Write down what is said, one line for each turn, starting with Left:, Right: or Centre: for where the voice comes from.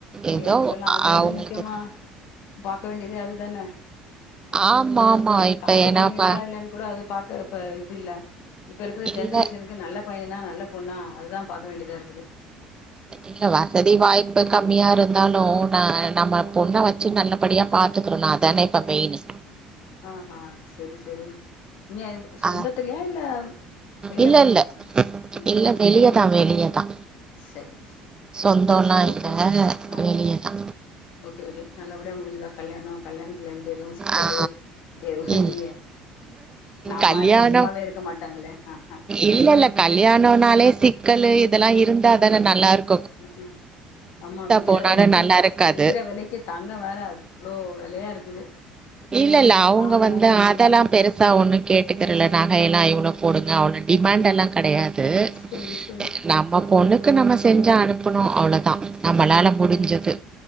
Left: ஐயோ
Right: எதோ
Left: இப்பெல்லா அதுதானங்க
Right: அவுங்களுக்கு
Left: முக்கியமா பாக்க வேண்டியது அதுதான
Right: ஆமாம்மா இப்ப
Left: காசு
Right: என்னா
Left: பணோ இருக்கா
Right: பா
Left: இல்லன்னு கூட அது பாக்க இப்ப இது இல்ல இப்ப இருக்குற
Right: இல்ல
Left: ஜென்ரேஷனுக்கு நல்ல பையனா நல்ல பொண்ணா அதுதா பாக்க வேண்டியதாற்கு ற்கு
Right: இல்ல வசதி வாய்ப்பு கம்மியா இருந்தாலு நா நம்ம பொண்ண வச்சு நல்லபடியா பாத்துக்குறனு அதானே இப்ப மெயினு
Left: ஆ ஹா செரி செரி நீங்க சொந்தத்துலயா
Right: ஆ
Left: இல்ல வெளில
Right: இல்லல்ல
Left: குடுத்தீங்களா ம்
Right: இல்ல
Left: ம்
Right: வெளியேதா வெளிய தா
Left: சரி சரி
Right: சொந்தோல்லா
Left: ஓகே
Right: இல்ல
Left: ஓகே. ஆ
Right: வெளியதா
Left: ஓகே ஓகே நல்லபடியா முடிஞ்சுதா கல்யாணோ கல்யாணத்துல எந்த எதுவு சிக்கலு
Right: ஆ
Left: எதுவு
Right: இல்
Left: இல்லையே நம்ம
Right: கல்யாணோ
Left: ஆளுங்க சும்மாவே இருக்க மாட்டாங்களே ஆ ஆ
Right: இல்லல்ல கல்யாணம்னாலே சிக்கலு இதெல்லா இருக் இருந்தா தான நல்லா இருக்
Left: ம் ம் ஆமா விக்கிற
Right: போனாலு
Left: வெலக்கி
Right: நல்லா இருக்காது
Left: விக்கிற வெலக்கி தங்கோ வேற அவ்ளோ வெலயா இருக்குது
Right: இல்லல்ல அவுங்க
Left: பாவோ
Right: வந்து
Left: ம்
Right: அதெல்லா
Left: ம்
Right: பெருசா ஒண்ணு கேட்டுக்கிறுல நகை எல்லா இவ்ளோ போடுங்க அவ்ளோ டிமாண்ட் எல்லா கெடையாது யாது
Left: சரி சரி
Right: நம்ம பொண்ணு க்கு நம்ம செஞ்சா அனுப்பணு அவ்ளோதா நம்மளால முடிஞ்சது